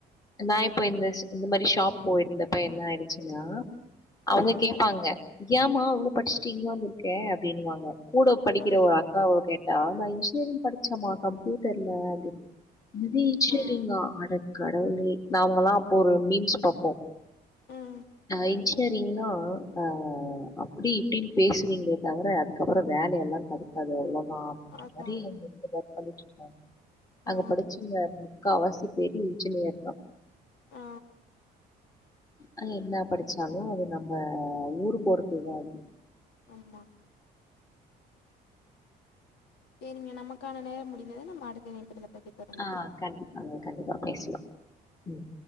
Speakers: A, on the left; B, on the left.
A: நா இப்போ இந்தஷ் இந்த மாரி ஷாப் போயிருந்தப்ப என்ன ஆயிடுச்சுன்னா
B: ம்,
A: அவுங்க கேப்பாங்க ஏமா அவ்ளோ படிச்சுட்டு இங்க வந்துருக்க அப்டினுவாங்க கூட படிக்கிற
B: ஆ,
A: ஒரு அக்காவ கேட்டா நா இன்ஜினியரிங் படிச்சேம்மா கம்ப்யூட்டர்ல அப்டின்னு மதி சேரிங்கா
B: ஆ.
A: அட கடவுளே நாங்கல்லா அப்போ ஒரு மீம்ஸ் பாப்போ
B: ம்
A: அ இன்ஜினியரிங்லா அ அப்டி இப்டின் பேசுவீங்ளே தவர அதுக்கப்றோ வேலை எல்லா க அது எவ்ளவா அப்டின்ற
B: அதா
A: மாரி அங்க வந்து வேல பண்ணிட் இருக்காங்க
B: ஆ
A: அங்க படிச்சவங்க முக்கவாசி பேரு இன்ஜினியர் தா
B: ஆ
A: அங்க என்ன படிச்சாலு அது நம்ப ஊரு பொறுத்துதா அது
B: ஆமா சேரிங்க நமக்கான நேரம் முடிந்தது நம்ம அடுத்த இணைப்புல இத பத்தி தொடர்ந்து
A: ஆ
B: பேச
A: கண்டிப்பாங்க கண்டிப்பா பேச்லா ம்